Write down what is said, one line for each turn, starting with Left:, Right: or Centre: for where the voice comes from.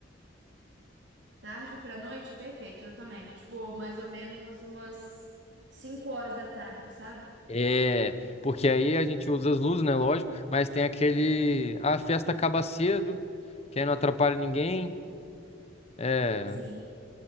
Right: Tarde pra noite, perfeito, eu também. Tipo, mais ou menos umas 5 horas da tarde, sabe?
Left: É, porque aí a gente usa as luzes, né? Lógico, mas tem aquele. Ah, A festa acaba cedo, que aí não atrapalha ninguém. É.
Right: Sim,